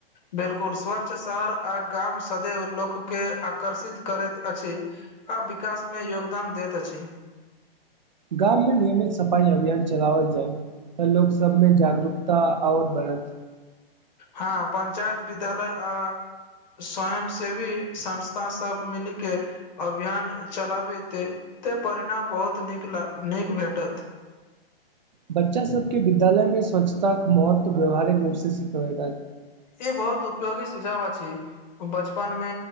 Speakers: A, on the left; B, on the right.
A: बिल्कुल स्वच्छ शहर आ गाम सदैव लोक के आकर्षित करैत अछि आ विकास मे योगदान दैत अछि
B: गाम मे नियमित सफाई अभियान चलावल जाय तऽ लोकोग सब में जागरूकता आओर बढ़त
A: हँ पंचायत विद्यालय आ स्वयं सेवी संस्था सब मिली के अभियान चलाबेते ते परिणाम बहुत नीक लाग नीक भेटत
B: बच्चा सब के विद्यालय में स्वच्छताक के महत्व व्यावहारिक रूप से सिखबै
A: ई बहुत उपयोगी सुझाव अछि बचपन मे